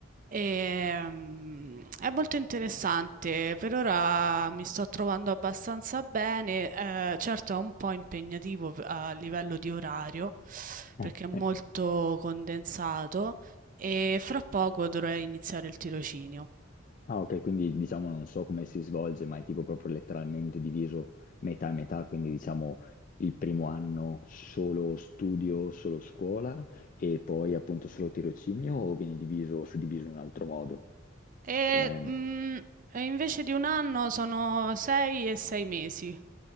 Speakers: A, on the right; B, on the left.
A: Ehm, è molto interessante, per ora mi sto trovando abbastanza bene, eh, certo è un po' impegnativo p- a livello di orario
B: eh.
A: perché è molto condensato e fra poco dovrei iniziare il tirocinio.
B: Ah, ok, quindi diciamo non so come si svolge, ma è tipo proprio letteralmente diviso metà e metà, quindi diciamo il primo anno solo studio, solo scuola e poi appunto solo tirocinio o viene diviso, suddiviso in un altro modo?
A: E,
B: Come...
A: mm, e invece di un anno sono sei e sei mesi,